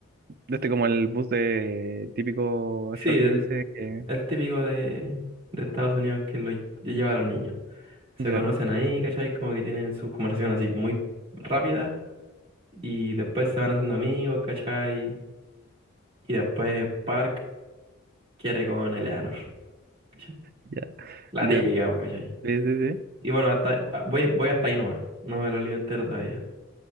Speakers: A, on the right; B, on the right.
A: De este como el bus de típico
B: Sí,
A: estadounidense
B: el,
A: que...
B: el típico de, de Estados Unidos que lo ll- lleva a los niños. se
A: Ya,
B: conocen ahí, ¿cachai? Como que tienen su conversación así muy rápida y después se van haciendo amigos, ¿cachai? Y después Park quiere con Eleanor, ¿cachai?
A: ya,
B: La
A: ya.
B: típica, pues, ¿cachai?
A: Sí, sí, sí,
B: Y bueno, hasta, ah, voy, voy hasta ahí nomás, no me lo leo entero todavía.